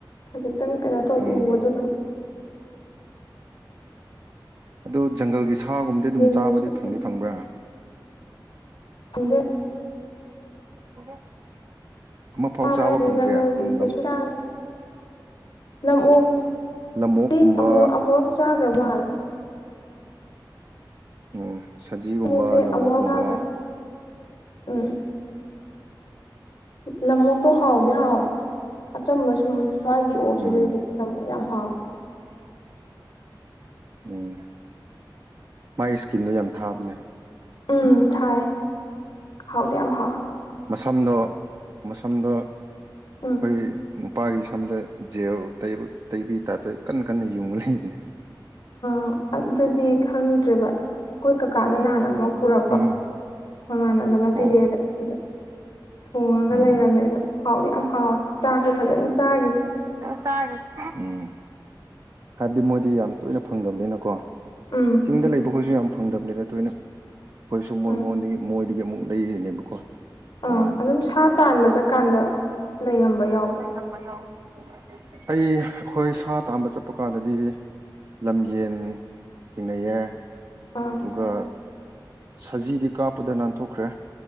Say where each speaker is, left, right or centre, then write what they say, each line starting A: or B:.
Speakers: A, on the left (about 70°); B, on the right (about 45°).
A: ꯈꯖꯤꯛꯇꯪ ꯀꯩꯅꯣ ꯇꯧ
B: ꯎꯝ
A: ꯎꯕꯗ ꯑꯗꯨꯝ
B: ꯑꯗꯨ ꯖꯪꯒꯜꯒꯤ ꯁꯥꯒꯨꯝꯕꯗꯤ ꯑꯗꯨꯝ
A: ꯂꯤꯟꯁꯨ
B: ꯆꯥꯕꯗꯤ ꯐꯪꯗꯤ
A: ꯀꯤ
B: ꯐꯪꯕ꯭ꯔꯥ
A: ꯐꯪꯗ‌ꯦ
B: <unintelligible> ꯑꯃꯐꯥꯎ
A: ꯆꯥꯗꯦ
B: ꯆꯥꯕ ꯐꯪꯗ꯭ꯔꯦ
A: ꯖꯪꯒꯜꯒꯤ
B: ꯑꯗꯨꯝ
A: ꯀꯩꯁꯨ
B: ꯂꯝ
A: ꯆꯥ ꯂꯝꯑꯣꯛ
B: ꯂꯝꯑꯣꯛꯀꯨꯝꯕ
A: ꯇꯤ ꯑꯃꯨ ꯑꯃꯨꯔꯛ ꯆꯥꯒ꯭ꯔꯥ ꯃꯥꯜꯂꯦ
B: ꯑꯣ ꯁꯖꯤꯒꯨꯝꯕ
A: ꯂꯝꯑꯣꯛꯁꯦ
B: ꯂꯝꯑꯣꯛꯀꯨꯝꯕ
A: ꯑꯃꯨꯔꯛ ꯆꯥꯈ꯭ꯔꯦ ꯎꯝ ꯂꯝꯑꯣꯛꯇꯣ ꯍꯥꯎꯗꯤ ꯍꯥꯎꯋꯦ ꯑꯆꯝꯕꯁꯨ__ ꯎꯝ ꯁ꯭ꯋꯥꯏꯒꯤ ꯑꯣꯛꯁꯤꯗꯩꯗꯤ
B: ꯎꯝ
A: ꯂꯝꯑꯣꯛ ꯌꯥꯝ ꯍꯥꯎꯋꯦ
B: ꯎꯝ ꯃꯥꯥꯏ ꯏꯁꯀꯤꯟꯗꯣ ꯌꯥꯝ ꯊꯥꯕꯅꯦ
A: ꯎꯝ ꯊꯥꯏ ꯍꯥꯎꯗꯤ ꯌꯥꯝ ꯍꯥꯎꯋꯦ
B: ꯃꯁꯝꯗꯣ ꯃꯁꯝꯗꯣ
A: ꯎꯝ
B: ꯈꯣꯏꯒꯤ ꯅꯨꯄꯥꯒꯤ ꯁꯝꯗ ꯖꯦꯜ ꯇꯩꯕ ꯇꯩꯕꯤ ꯇꯥꯏꯞꯇ ꯀꯟꯅ ꯀꯟꯅ ꯌꯨꯡꯉ ꯂꯩꯕꯅꯦ
A: ꯑꯥ ꯑꯗꯨꯗꯤ ꯈꯪꯗ꯭ꯔꯤꯕ ꯑꯩꯈꯣꯏ ꯀꯀꯥꯅ ꯅꯍꯥꯟ ꯑꯃꯨꯛ ꯄꯨꯔꯛꯄ
B: ꯎꯝ
A: ꯃꯃꯥꯟꯅꯕꯅ
B: ꯑꯣ
A: ꯄꯤꯔ‌ꯦꯗ ꯑꯗ ꯊꯣꯡꯉꯒ
B: ꯎꯝ
A: ꯂꯩꯔꯝꯃꯦ ꯑꯗꯣ ꯍꯥꯎꯗꯤ ꯌꯥꯝ ꯍꯥꯎꯋꯦ ꯆꯥꯛꯁꯨ ꯐꯖꯅ ꯆꯥꯒꯤ
B: ꯆꯥꯒꯤ ꯎꯝ ꯍꯥꯏꯕꯗꯤ ꯃꯣꯏꯗꯤ ꯌꯥꯝ ꯇꯣꯏꯅ ꯐꯪꯗꯕꯅꯤꯅꯀꯣ
A: ꯎꯝ
B: ꯆꯤꯡꯗ ꯂꯩꯕꯈꯣꯏꯁꯨ ꯌꯥꯝ ꯐꯪꯗꯝꯅꯤꯗ ꯇꯣꯏꯅ ꯑꯩꯈꯣꯏꯁꯨ ꯃꯣꯏꯉꯣꯟꯗꯒꯤ
A: ꯎꯝ
B: ꯃꯣꯏꯗꯒꯤ ꯑꯃꯨꯛ ꯂꯩꯔꯤꯅꯦꯕꯀꯣ ꯇꯣꯉꯥꯟꯅ
A: ꯑꯥ ꯑꯗꯨꯝ ꯁꯥ ꯇꯥꯟꯕ ꯆꯠꯀꯥꯟꯗ ꯂꯩꯔꯝꯕ ꯌꯥꯎꯕ꯭ꯔꯥ
B: ꯑꯩ ꯑꯩꯈꯣꯏ ꯁꯥ ꯇꯥꯟꯕ ꯆꯞ ꯄ ꯀꯥꯟꯗꯗꯤ ꯂꯝ ꯌꯦꯟ ꯊꯦꯡꯅꯩꯌꯦ
A: ꯑꯥ
B: ꯑꯗꯨꯒ ꯁꯖꯤꯗꯤ ꯀꯥꯞꯄꯗ ꯅꯥꯟꯊꯣꯛꯈ꯭ꯔꯦ